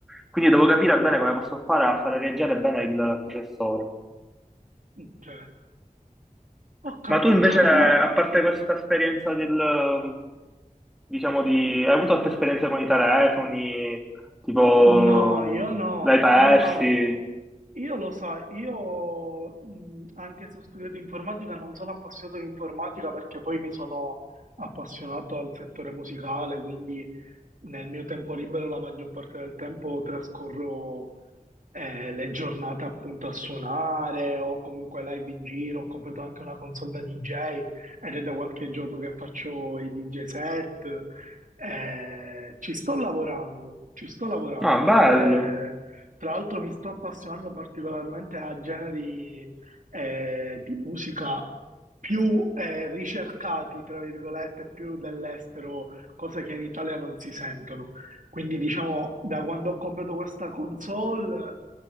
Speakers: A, in the centre; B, on the right (about 70°).
A: Quindi devo capire bene come posso fare a fare reagire bene il processore.
B: Ok, ho capito.
A: Ma tu invece, a
B: <laughs>
A: parte questa esperienza del, diciamo, di... hai avuto altre esperienze con i telefoni, tipo,
B: No, no, io no,
A: l'hai persi?
B: io no. Io lo sai, io mh, anche se ho studiato informatica non sono appassionato di informatica perché poi mi sono appassionato al settore musicale, quindi nel mio tempo libero la maggior parte del tempo trascorro eh, le giornate appunto a suonare o comunque live in giro. Ho comprato anche una console da DJ ed è da qualche giorno che faccio i DJ set. Eh, ci sto lavorando, ci sto lavorando.
A: Ah, bello.
B: Eh, tra l'altro mi sto appassionando particolarmente a generi eh, di musica più eh, ricercati, tra virgolette, più dell'estero, cose che in Italia non si sentono. Quindi diciamo, da quando ho comprato questa console